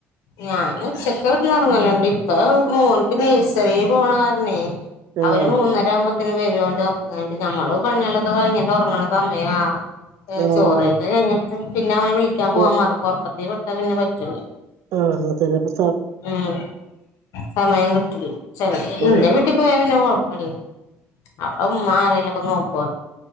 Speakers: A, on the left; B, on the right.
A: ഞാനുച്ചക്ക് കെടന്നൊർങ്ങലുണ്ട് ഇപ്പൊ മോൻപ്പം നെഴ്സറി പോണ കാരണേ
B: ആഹ്
A: അവന് മൂന്നരാമ്പത്തിന് വരു ഓന്റൊർക്ക് കയ്ഞ്ഞിട്ട് ഞമ്മളുപണികളൊക്കെ കഴിഞ്ഞിട്ടൊർങ്ങണ സമയാ ഏ
B: ആഹ്
A: ചോറയ്ക്കല് കഴിഞ്ഞിട്ട് പിന്നെ അവനെ വിളിക്കാൻ പോവാൻ
B: ഉം
A: മറക്കും ഒറക്കത്തി വിട്ടാ പിന്നെ പറ്റൂല
B: ആഹ് അങ്ങൻതന്നെ പ്പൊ
A: ഉം സമയം കിട്ട്ല്ല ചെല
B: ഉം
A: ഇന്റെ വീട്ടി പോയാ പിന്നെ കൊഴപ്പല്ല അവിടെ ഉമ്മ ആരെലൊക്കെ നോക്കോ?